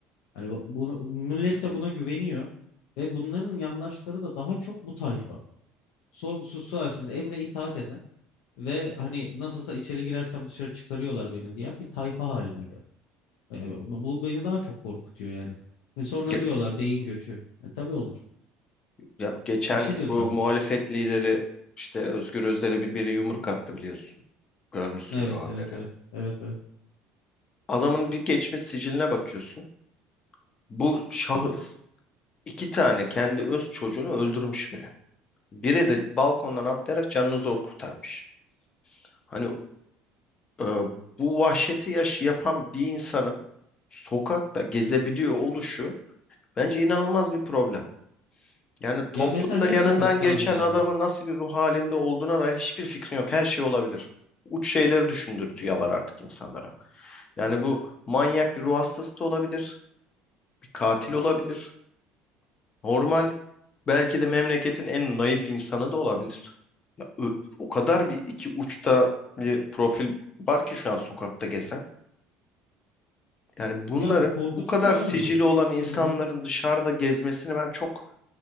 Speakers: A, on the left; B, on the left.
A: Hani bu, bu- millet
B: Hmm.
A: de buna güveniyor. Ve bunların yandaşları da daha çok bu tayfa. Sorgusuz sualsiz emre itaat eden ve hani nasılsa içeri girersem dışarı çıkarıyorlar beni diye bir tayfa haline geldi. Yani bu bu beni daha çok korkutuyor yani. Ve sonra
B: Ya
A: diyorlar beyin göçü. E, tabii olur.
B: Ya geçen
A: Bir şey diyordun
B: bu
A: abi.
B: muhalefet lideri işte Özgür Özel'e bir biri yumruk attı biliyorsun. Görmüşsündür
A: Evet
B: o
A: evet
B: haberi.
A: evet. Evet evet.
B: Adamın bir geçmiş siciline bakıyorsun. Bu şahıs iki tane kendi öz çocuğunu öldürmüş biri. Biri de balkondan atlayarak canını zor kurtarmış. Hani e, bu vahşeti yaş yapan bir insanın sokakta gezebiliyor oluşu bence inanılmaz bir problem. Yani toplumda
A: Ya mesela niye
B: yanından
A: sokakta
B: geçen
A: harbiden
B: adamın
A: de?
B: nasıl bir ruh halinde olduğuna dair hiçbir fikrin yok. Her şey olabilir. Uç şeyleri düşündürtüyorlar artık insanlara. Yani bu manyak bir ruh hastası da olabilir. Bir katil olabilir. Normal. Belki de memleketin en naif insanı da olabilir. Ö- O kadar bir iki uçta bir profil var ki şu an sokakta gezen. Yani bunların
A: Ya korkutucu
B: bu kadar
A: abi
B: sicili
A: bu. Bu
B: olan
A: senaryo.
B: insanların dışarıda gezmesini ben çok